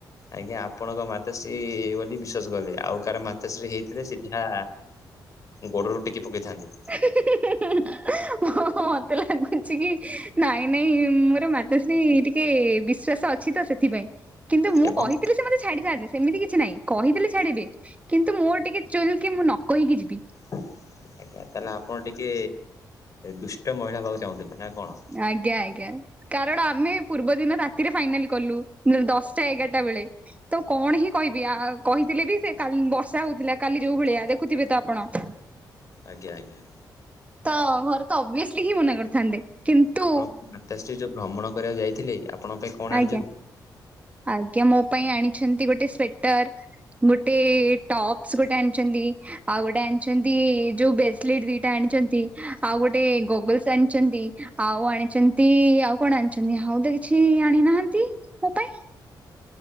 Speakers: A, on the left (about 45°); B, on the right (about 20°).
A: ଆଜ୍ଞା ଆପଣଙ୍କ ମାତାଶ୍ରୀ ବୋଲି ବିଶ୍ଵାସ କଲେ ଆଉ କାର ମାତାଶ୍ରୀ ହେଇଥିଲେ ସିଧା ଗୋଡରୁ ଟେକି ପକେଇଥାନ୍ତେ।
B: <inaudible> ହଁ ମତେ ଲାଗୁଛି କି ନାଇଁ ନାଇଁ ମୋର ମାତାଶ୍ରୀ ଟିକେ ବିଶ୍ଵାସ ଅଛି ତ ସେଥି ସେଥିପାଇଁ କିନ୍ତୁ ମୁଁ
A: ଏବଂ
B: କହିଥିଲି ମତେ ମାନେ ଛାଡିଥାନ୍ତେ ସେମିତି କିଛି ନାହିଁ କହିଦେଲେ ଛାଡିବେ କିନ୍ତୁ ମୋର ଟିକେ ଚୁରୁ କି ମୁନ ମୁଁ ନ କହିକି ଯିବି।
A: ଆଜ୍ଞା ତାହେଲେ ଆପଣ ଟିକେ ଦୁଷ୍ଟ ମହିଳା ହବାକୁ ଚାହୁଁଛନ୍ତି ନା କଣ।
B: ଆଜ୍ଞା ଆଜ୍ଞା। କାରଣ ଆମେ ପୂର୍ବ ଦିନ ରାତିରେ ଫାଇନାଲ କଲୁ ଦଶଟା ଏଗାରଟା ବେଳେ। ତୋ କଣ ହିଁ କହିବି ଆ କହିଥିଲେ ବି ସେ ବର୍ଷା ହଉଥିଲା କାଲି ଯୋଉ ଭଳିଆ ଦେଖୁଥିବେ ତୋ ଆପଣ। <inaudible>
A: ଆଜ୍ଞା ଆଜ୍ଞା।
B: ତ ଘରେ ତ ଅଭିଅସଲି ହିଁ ମନା କରିଥାନ୍ତେ। କିନ୍ତୁ
A: ଆପଣଙ୍କ ମାତାଶ୍ରୀ ଯୋଉ ଭ୍ରମଣ କରିବାକୁ ଯାଇଥିଲେ। ଆପଣଙ୍କ ପାଇଁ କଣ
B: ଆଜ୍ଞା
A: ଆଣିଛନ୍ତି?
B: ଆଜ୍ଞା ମୋ ପାଇଁ ଆଣିଛନ୍ତି ଗୋଟେ ସ୍ଵେଟର। ଗୋଟେ ଟପସ୍ ଗୋଟେ ଆଣିଚନ୍ତି ଆଉ ଗୋଟେ ଆଣିଚନ୍ତି ଯୋଉ ବ୍ରେସଲିଟି ଦିଟା ଆଣିଚନ୍‌ ତି ଆଉ ଗୋଟେ ଗୋଗଲସ୍ ଆଣିଚନ୍ତି ଆଉ ଆଣିଚନ୍ତି ଆଉ କଣ ଆଣିଛନ୍ତି ଆଉ ତ କିଛି ଆଣି ନାହାନ୍ତି ମୋ ପାଇଁ।